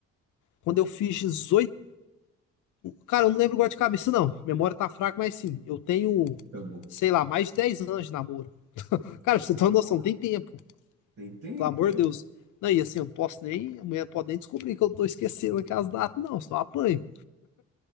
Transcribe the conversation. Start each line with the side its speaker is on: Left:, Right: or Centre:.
Left: quando eu fiz 18, Cara, eu não lembro agora de cabeça, não. Memória tá fraca, mas sim, eu tenho,
Right: tá bom.
Left: sei lá, mais de 10 anos de namoro. Cara, pra você ter
Right: Ah,
Left: uma noção, tem tempo.
Right: tem tempo,
Left: Pelo amor
Right: hein?
Left: de Deus. Não, e assim, eu não posso nem. A mulher pode nem descobrir que eu tô esquecendo aqui as datas, não, senão eu apanho.